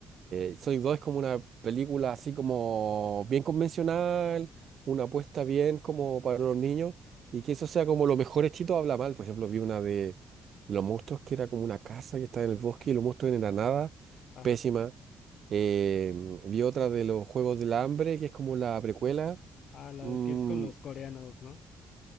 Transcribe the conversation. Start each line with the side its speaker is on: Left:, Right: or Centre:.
Right: eh, Sonic 2 es como una película así como bien convencional, una apuesta bien como para los niños, y que eso sea como lo mejor hechito habla mal. Por ejemplo, vi una de los monstruos que era como una casa que estaba en el bosque y los monstruos en la nada,
Left: Ajá.
Right: pésima. Eh, vi otra de los Juegos del Hambre, que es como la precuela.
Left: Ah, la
Right: Mm,
Left: que es con los coreanos, ¿no?